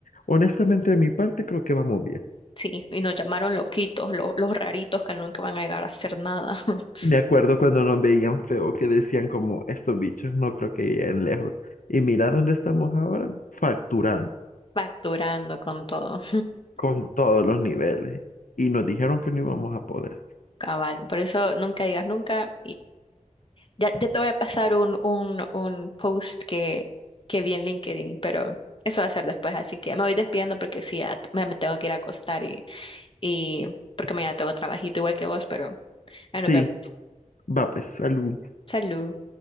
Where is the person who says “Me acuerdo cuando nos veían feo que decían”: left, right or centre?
Left